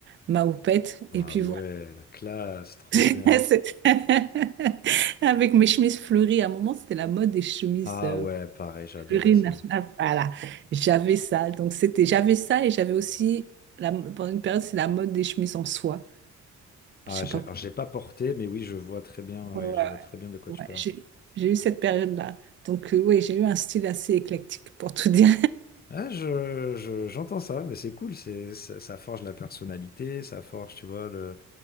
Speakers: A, on the right; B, on the left.
A: ma houppette.
B: Ah
A: Et puis
B: ouais, la classe, trop
A: <laughs>
B: bien.
A: C'est- <laughs> Avec mes chemises fleuries, à un moment, c'était la mode des chemises
B: Ah
A: euh,
B: ouais, pareil, j'adorais
A: fleuries
B: ça.
A: nationales. Voilà, j'avais ça. Donc, c'était, j'avais ça et j'avais aussi, la, pendant une période, c'est la mode des chemises en soie.
B: Ah,
A: Je sais
B: j'ai
A: pas.
B: alors, j'ai pas porté, mais oui, je vois très bien,
A: Ouais,
B: oui,
A: ouais,
B: je
A: ouais.
B: vois très bien de quoi tu
A: Ouais,
B: parles.
A: j'ai j'ai eu cette période-là. Donc, euh, oui, j'ai eu un style assez éclectique, pour tout dire.
B: Ah, je, je- j'entends ça, mais c'est cool, c'est, ça, ça forge la personnalité, ça forge, tu vois, le,